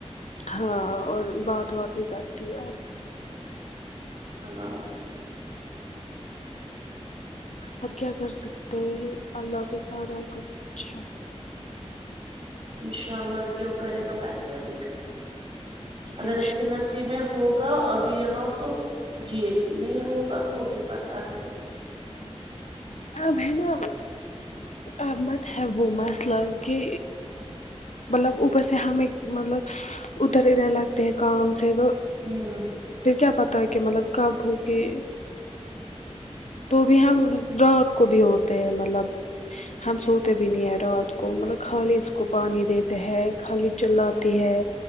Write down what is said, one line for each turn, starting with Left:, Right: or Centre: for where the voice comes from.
Left: ہاں اور بات وات نہیں کرتی آپ
Right: حنا
Left: آپ کیا کر سکتے ہیں اللہ پے سارا کچھ ہے
Right: انشاء اللہ جو کرے گا بہتر ہی کر اگر
Left: انشاء
Right: اس کے نصیب میں ہوگا ابھی یہاں تو جیے گی نہیں ہوگا تو ہو بھی پتہ ہے
Left: اب ہیں نہ ا ب مت ہے وہ مسئلہ کہ مطلب اوپر سے ہمیں مطلب ادھر ادھر لگتے ہیں کام سے تو
Right: ہمم
Left: پ کیا پتا ہے کہ مطلب کب بھوگی تو بھی ہم رات کو بھی ہوتے ہیں مطلب ہم سوتے بھی نہیں ہے رات کو مطلب خالی اس کو پانی دیتے ہیں خالی چلاتی ہے